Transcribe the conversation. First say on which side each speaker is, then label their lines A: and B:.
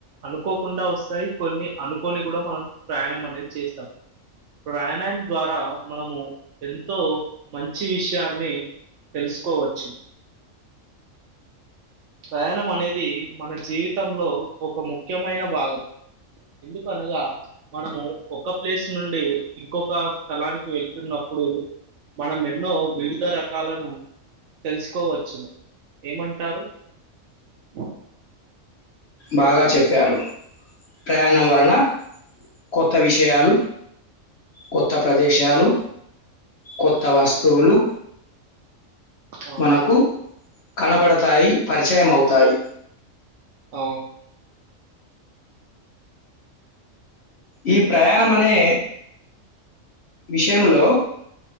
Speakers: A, on the right; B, on the left.
A: అనుకోకుండా వస్తాయి కొన్ని అనుకోనియి గూడా మనం ప్రయా ప్రయాణం అనేది చేస్తాం ప్రయాణం ద్వారా మనము ఎంతో మంచి విషయాన్నీ తెలుసుకోవచ్చు ప్రయాణం అనేది మన జీవితంలో ఒక ముఖ్యమైన భాగం. ఎందుకు అనగా మనమూ ఒక ప్లేస్ నుండీ ఇంకొకా స్థలానికి వెళుతున్నప్ప్ మనం ఎన్నో వివిధ రకాలను తెలుసుకోవచ్చు ఏమంటారు అ
B: బాగా చెప్పారు ప్రయాణం వలన కొత్త విషయాలు కొత్త ప్రదేశాలు కొత్త వస్తువులు
A: అవును.
B: మనకు కనబడతాయి పరిచయం అవుతాయి
A: అవును
B: ఈ ప్రయాణం అనే విషయంలో